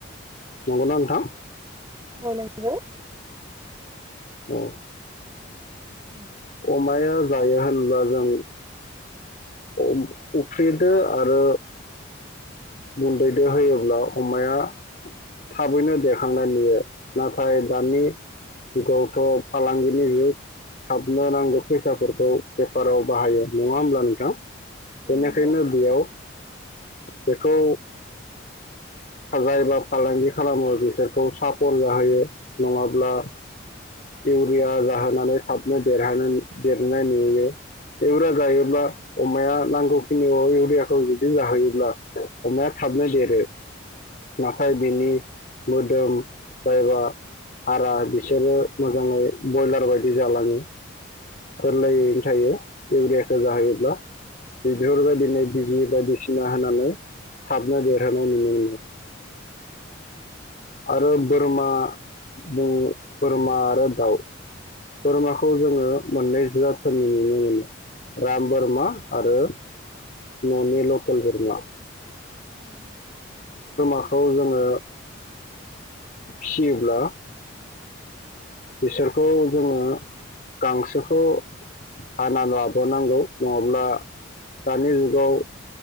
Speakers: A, on the left; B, on the right.
A: नंगौना नोंथां
B: औ नंगौ।
A: औ।
B: उम।
A: अमाया जायो होनब्ला जों अम उफ्रिदो आरो गुन्दैदो होयोब्ला अमाया थाबैनो देखांनाय नुयो नाथाय दानि जुगावथ' फालांगिनि जुग हाबनो नांगौ फैसाफोरखौ बेफाराव बाहायो नङा होमब्ला नोंथां? बेनिखायनो
B: नंगौ
A: बेयाव बेखौ जाय बा फालांगि खालामो बिसोरखौ सापर जाहोयो नङाब्ला इउरिया जाहोनानै थाबनो देरहानो देरनाय नुयो इउरिया जायोब्ला अमाया नांगौ खिनियाव इउरियाखौ जुदि जाहोयोब्ला अमाया थाबनो देरो। नाथाय बिनि मोदोम जायबा हारा बिसोरो मोजाङै बयलार बायदि जालाङो गोरलैयैनो थायो इउरियाखौ जाहोयोब्ला बेफोरबायदिनो बिजि बायदिसिना होनानै थाबनो देरहोनाय नुनो मोनो। आरो बोरमा आ म' बोरमा आरो दाउ बोरमाखौ जोङो मोननै जाथोननि नुनो मोनो राम बोरमा आरो न'नि लकेल बोरमा।
B: उम।
A: खौ जोङो फियोब्ला बिसोरखौ जोङो गांसोखौ हाना लाबोनांगौ नङाब्ला दानि जुगाव